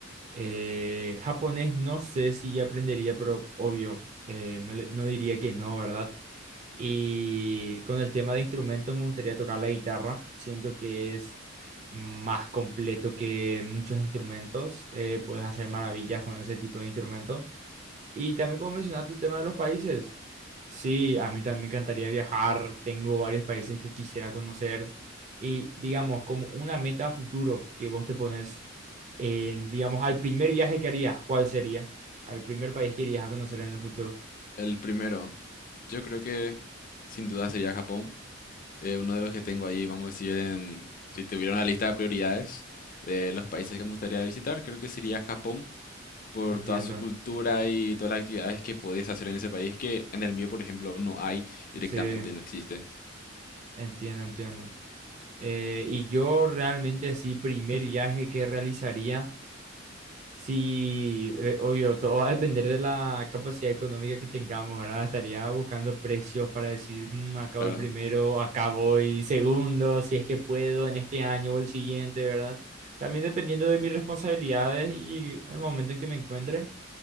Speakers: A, on the right (about 35°); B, on the left (about 45°).
A: Eh, japonés no sé si ya aprendería, pero obvio, eh, no, le- no diría que no, ¿verdad? Y con el tema de instrumentos me gustaría tocar la guitarra. Siento que es más completo que muchos instrumentos. eh, puedes hacer maravillas con ese tipo de instrumento. Y también como mencionaste el tema de los países, sí, a mí también me encantaría viajar, tengo varios países que quisiera conocer y digamos como una meta a futuro que vos te pones, en, digamos al primer viaje que harías, ¿cuál sería? Al primer país que irías a conocer en el futuro.
B: El primero. Yo creo que sin duda sería Japón. Eh, uno de los que tengo ahí, vamos a decir, en, si tuviera una lista de prioridades de los países que me gustaría visitar, creo que sería Japón. por
A: Entiendo,
B: toda su cultura y todas las actividades que podías hacer en ese país que en el mío, por ejemplo, no hay directamente,
A: sí,
B: no existe.
A: entiendo, entiendo. Eh, y yo realmente así, primer viaje que realizaría Sí, eh, obvio, todo va a depender de la capacidad económica que tengamos, ¿verdad? Estaría buscando precios para decir, "Mm, acá
B: Claro,
A: voy primero, acá voy segundo, si es que puedo en este año o el siguiente, ¿verdad? También dependiendo de mis responsabilidades y el momento en que me encuentre,